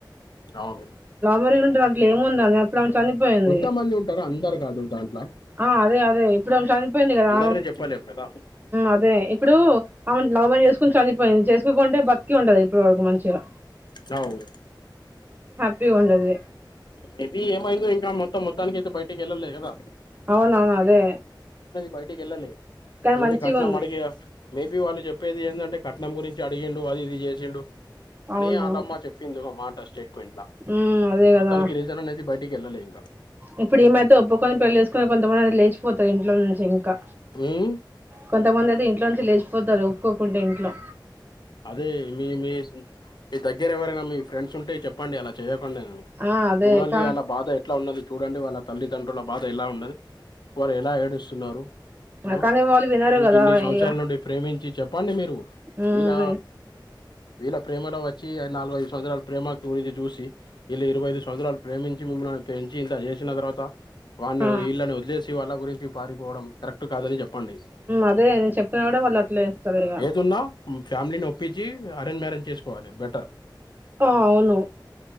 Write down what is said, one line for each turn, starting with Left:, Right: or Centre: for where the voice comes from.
Left: అవును
Right: మరి ఉ ట్లే ఏమ ఉందనే ఇప్పుడు చనిపోయింది
Left: కొంతమంది ఉంటారు అందరు కాదు దాంట్లో
Right: ఆ అదే అదే ఇప్పుడు చనిపోయింది కదా
Left: అందరినీ చెప్పలేము కదా
Right: అదే ఇప్పుడు లవ్ మ్యారేజ్ చేసుకుని చనిపోయింది చేసుకోకుంటే బ్రతి ఉంటదు ఇప్పుడురు మంచిగా
Left: వు
Right: ప్పికండది
Left: మేబీ ఏమైందో ఇంకా మొత్తం మొత్తానికి అయితే బయటికి వెళ్ళలేదు కదా
Right: అవునవును అదే
Left: బైటకి గ వెళ్ాల
Right: కానీ
Left: ఓన్లీ
Right: మంచిగా
Left: కట్నం అడిగ మేబి వాళ్ళు చెప్పేది ఏంటంటే కట్నం గురించి అడిగిండు అది ఇది చేసిండు పనీ
Right: అవును
Left: అలమ్మ చెప్పింది ఒక మాట స్టేట్మెంట్లా
Right: హ్మ్. అదే గదా!
Left: తానికి రీజన్ అనేది బయకిళ్ళలేం
Right: ఇప్పుడు ఏమైతే ఒప్పుకొని పెళ్ళలి వేసుకునే కొంతమంది అది లేచిపోతారు ఇంట్లో నుంచి ఇంకా
Left: ఉమ్.
Right: కొంతమందిది ఇంట్లో నుంచి లేచిపోతారు ఒప్పుకోకుంంటే ఇంట్లో
Left: అదే మీ మీ మీ దగ్గర ఎవరైనా మీ ఫ్రెండ్స్ ఉంటే చెప్పండి అలా చెయక చదండి
Right: ఆ! అదే
Left: చూడండి
Right: కా
Left: వాళ్ళ బాధ ఎలా ఉన్నది చూడండి వాళ్ళ తల్లిదండ్రుల బాధ ఎలా ఉండది వారు ఎలా ఏడుస్తున్నారు ఆ
Right: కానీ వాళ్ళు వినరు
Left: మీకు
Right: గదా!
Left: ఇన్ని సంవత్సరాల
Right: ఇగ
Left: నుండి ప్రేమించి చెప్పండి మీరు
Right: హ్మ్.
Left: వీళ్ళ వీళ్ళ ప్రేమలో వచ్చి నాలుగు ఐదు సంవత్సరలు ప్రేమకు పూరి చూసి ఇలా ఇరవై ఐదు సంవత్సరాలు ప్రేమించి మిమ్మల్నిేంచి ఇంత చేసిన తర్వాత వాని
Right: ఆ!
Left: వీళ్ళని వదిలేసి వాళ్ళకు గురి పారిపోవడం కాదని చెప్పండి
Right: అదే నేను చెప్తున్నా కూడా వాళ్ళు అట్లే వస్తారు ఇక
Left: ఏదున్నా ఫ్యామిలీని ఒప్పించి అరేంజ్ మ్యారేజ్ చేసుకోవాలి బెటర్
Right: ఆ అవును